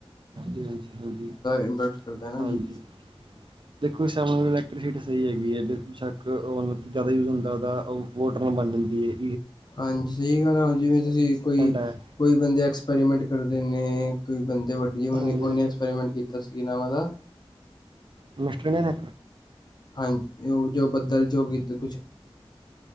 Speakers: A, on the right; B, on the left.
A: ਹਾਂਜੀ-ਹਾਂਜੀ ਹਾਂਜੀ-ਹਾਂਜੀ
B: ਇੰਪੈਕਟ ਕਰਦਾ ਹੈ ਨਾ ਜੀ।
A: ਦੇਖੋ ਸੇਵਣ ਇਲੈਕਟ੍ਰੀਸਿਟੀ ਸਹੀ ਹੈਗੀ ਹੈ ਬੇਸ਼ੱਕ ਓ ਨ ਜ਼ਿਆਦਾ ਉਹ ਜ਼ਿਆਦਾ ਓ ਵੋਟ ਫੋਮ ਬਣ ਜਾਦੀ ਏ।
B: ਹਾਂਜੀ, ਜਿਵੇਂ ਤੁਸੀਂਕੋਈ,
A: ਹੈ
B: ਕੋਈ ਬੰਦੇ ਐਕਸਪੈਰੀਮੈਂਟ ਕਰਦੇ ਨੇ ਕੋਈ ਬੰਦ ਤੇਵੱਡੀ ਉਹਨੇ
A: ਹਾਂਜੀ
B: ਐਕਸਪੈਰੀਮੈਂਟ ਕੀਤਾ ਸੀ ਕਿ ਮੈ ਆਵਗਾ
A: ਮਿਸਟਰ ਨੇ, ਨੇ,
B: ਹਾਂਜੀ ਜੋ ਉਹ ਜੋ ਬੱਦਲ ਜੋ ਵੀ <inaudible>